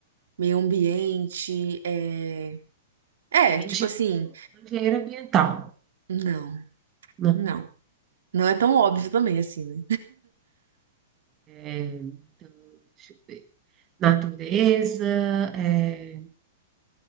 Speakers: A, on the right (about 80°); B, on the right (about 20°).
A: meio ambiente, é... É,
B: é
A: tipo
B: engenheiro
A: assim,
B: engenheiro ambiental.
A: não,
B: Não.
A: não. Não é tão óbvio também, assim, né?
B: É, então, deixa eu ver. Natureza, é,